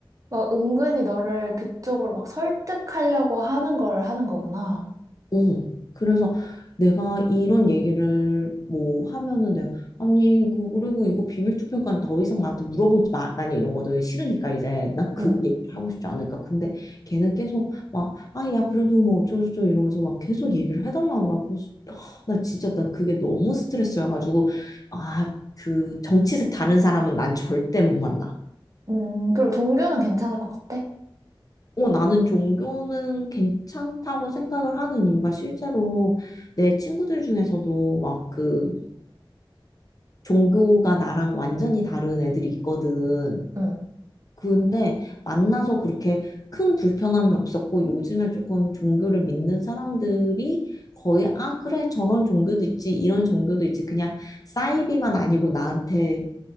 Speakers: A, on the right; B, on the left.
A: 막 은근히 너를 그쪽으로 막 설득하려고 하는 걸 하는 거구나.
B: 어, 그래서 내가 이런 얘기를 뭐 하면은 내가 아니 그 그리고 이거 비밀 투표니까 더 이상 나한테 물어보지 마. 난 이러거든. 싫으니까 이제 난 그
A: 응,
B: 얘기를 하고 싶지 않으니까. 근데 걔는 계속 막 아 야 그래도 뭐 어쩌고저쩌고 이러면서 막 계속 얘기를 해달라는 거야. 그래서 아, 나 진짜 난 그게 너무 스트레스여가지고 아 그 정치색 다른 사람은 난 절대 못 만나.
A: 음, 그럼 종교는 괜찮을 것 같아?
B: 어, 나는 종교는 괜찮다고 생각을 하는 이유가 실제로 내 친구들 중에서도 막 그 종교가 나랑 완전히 다른 애들이 있거든.
A: 응.
B: 근데 만나서 그렇게 큰 불편함이 없었고 요즘에 조금 종교를 믿는 사람들이 거의 아, 그래, 저런 종교도 있지, 이런 종교도 있지. 그냥 사이비만 아니고 나한테